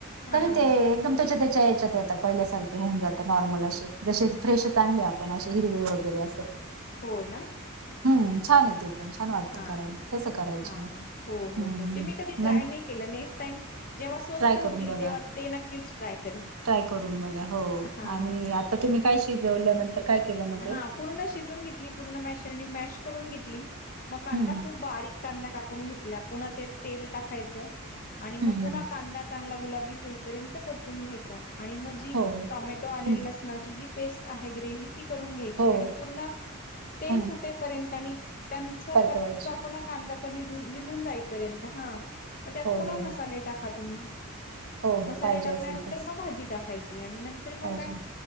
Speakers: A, on the left; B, on the right.
A: हा
B: तरी
A: हा
B: ते
A: हा
B: एकदम त्याच्या त्याच्या याच्यात आता पहिल्यासारखे होऊन जात नॉर्मल असे जसे फ्रेशच
A: हो
B: आणले आप पण असे हिरवे वगैरे असं.
A: हो ना.
B: हम्म छान येते पण छान वाटतं
A: हा
B: करायला. तसं करायचे
A: हा
B: मग
A: हो हो
B: हम्म
A: हो ते मी कधी ट्राय
B: न
A: नाही केलं. नेक्स्ट टाइम जेव्हा स्वस्त
B: ट्राय
A: होतील
B: करून बघा
A: तेव्हा ते नक्कीच ट्राय करेन.
B: ट्राय करून बघा. हो
A: हा
B: आणि आता तुम्ही काय शिजवल्यानंतर काय केलं मध्ये
A: हा पूर्ण शिजून घेतली. पूर्ण मॅशरनी मॅश करून घेतली, मग कांदा
B: हम्म
A: खूप बारीक कांदा कापून घेतला, पुन्हा ते तेल टाकायच आणि मग
B: हम्म हम्म
A: पुन्हा
B: हम्म
A: कांदा चांगला गुलाबी होई परेंत परतून घेयचा, आणि मग जी
B: हो हो
A: टोमॅटो आले
B: हम्म
A: लस नाची जी पेस्ट आहे ती ग्रेव्ही आहे ती करुन घेयची
B: हो
A: आणि
B: हो
A: पूर्ण तेल
B: हम्म
A: सू टे पर्यंत आणि त्यांचा
B: परतवायची
A: कच्चा पण कांदाचा नि-निघून जाईपर्यंत हा मग त्यात
B: हो
A: पुन्हा
B: हो हो
A: मसाले टाका तुम्ही.
B: हो हो
A: मसाले
B: पाहिजे
A: टाकल्यानंतर
B: असेल तर
A: मग भाजी टाकायची आणि नंतर मग
B: पाहिजे
A: काय